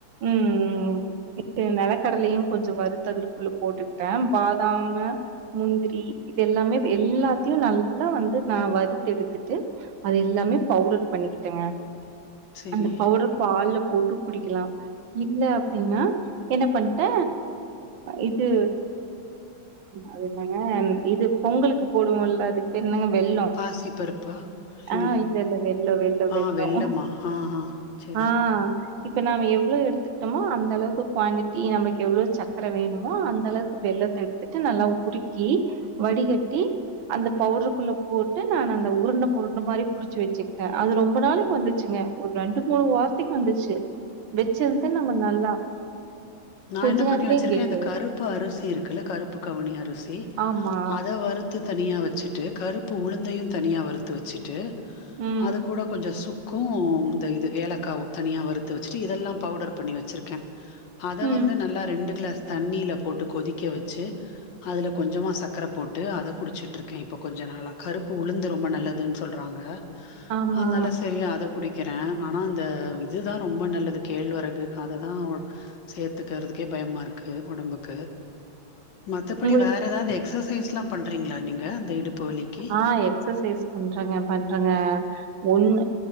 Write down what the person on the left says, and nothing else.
செரி
பாசி பருப்பா இல்
ஆ வெள்ளமா ஆ ஆ செரி
நான்
என்ன பண்ணி
வச்சிருக்கேன்
இந்த கருப்பு அரிசி இருக்குல்ல கருப்பு கவனி அரிசி
அத வறுத்து தனியா வச்ச வச்சுட்டு கருப்பு உளுந்தையும் தனியா வறுத்து வச்சிட்டு
அது கூட கொஞ்சம் சுக் க்கும் இந்த இது ஏலக்காவு தனியா வறுத்து வச்சுட்டு இதெல்லாம் பவுடர் பண்ணி வச்சிருக்கேன் அத
வந்து நல்லா ரெண்டு கிளாஸ் தண்ணியில் போட்டு கொதிக்க வச்சு அதில் கொஞ்சமா சர்கக்கரை போட்டு அதை குடிச்சட்டுருக்கேன் இப்போ கொஞ்ச நாளாக கருப்பு உளுந்து ரொம்ப நல்லதுன்னு சொல்றாங்க
ஆனால சரி அதை குடி வைக்கிறேன் ஆனா அந்த இதுதான் ரொம்ப நல்லது கேழ்வரகு அததான் சேர்த்துக்கிறதுக்கே பயமா இருக்கு உடம்புக்கு மத்தபடி
வேற ஏதாவது எக்ஸஸ் எக்ஸசைஸ்லாம் பண்றீங்களா நீங்க அந்த இடுப்பு வலிக்கு